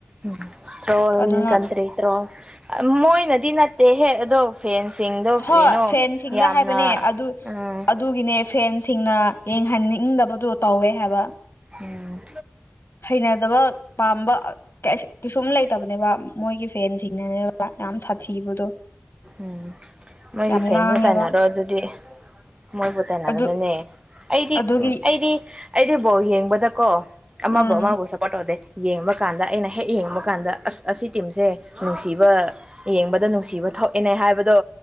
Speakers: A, on the right; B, on the left.
A: ꯎꯝ ꯇ꯭ꯔꯣꯜ
B: ꯑꯗꯨꯅ
A: ꯀꯟꯇ꯭ꯔꯤ ꯇ꯭ꯔꯣꯜ ꯑ ꯃꯣꯏꯅꯗꯤ ꯅꯠꯇꯦꯍꯦ ꯑꯗꯣ ꯐꯦꯟꯁꯤꯡꯗꯣ
B: ꯍꯣꯏ
A: ꯀ꯭ꯔꯤꯅꯣ
B: ꯐꯦꯟꯁꯤꯡꯗ
A: ꯌꯥꯝꯅ
B: ꯍꯥꯏꯕꯅꯦ ꯑꯗꯨ
A: ꯎꯝ
B: ꯑꯗꯨꯒꯤꯅꯦ ꯐꯦꯟꯁꯤꯡꯅ ꯌꯦꯡꯍꯟꯅꯤꯡꯗꯕꯗꯣ ꯇꯧꯋꯦ ꯍꯥꯏꯕ
A: ꯎꯝ
B: ꯍꯩꯅꯗꯕ ꯄꯥꯝꯕ ꯀꯩꯁꯨ ꯀꯩꯁꯨꯝ ꯂꯩꯇꯕꯅꯦꯕ ꯃꯣꯏꯒꯤ ꯐꯦꯟꯁꯤꯡꯅꯅꯦ ꯕ ꯌꯥꯝ ꯁꯥꯊꯤꯕ
A: ꯎꯝ ꯃꯣꯏꯒꯤ
B: ꯌꯥꯝ
A: ꯐꯦꯟꯗ
B: ꯉꯥꯡꯉꯦꯕ
A: ꯇꯥꯏꯅꯔꯣ ꯑꯗꯨꯗꯤ ꯃꯣꯏꯕꯨ ꯇꯥꯏꯅꯒꯅꯅꯦ
B: ꯑꯗꯨ
A: ꯑꯩꯗꯤ
B: ꯑꯗꯨꯒꯤ
A: ꯎꯝ ꯑꯩꯗꯤ ꯑꯩꯗꯤ ꯕꯣꯜ ꯌꯦꯡꯕꯗꯀꯣ ꯑꯃꯕꯨ
B: ꯎꯝ
A: ꯑꯃꯕꯨ ꯁꯞ ꯄꯣꯔꯠ ꯇꯣꯗꯦ ꯌꯦꯡꯕ ꯀꯥꯟꯗ ꯑꯩꯅ ꯍꯦꯛ ꯌꯦꯡꯕ ꯀꯥꯟꯗ ꯑꯁ ꯑꯁꯤ ꯇꯤꯝꯁꯦ ꯅꯨꯡꯁꯤꯕ ꯌꯦꯡꯕ ꯗ ꯅꯨꯡꯁꯤꯕ ꯊꯣꯛꯑꯦꯅꯦ ꯍꯥꯏꯕꯗꯣ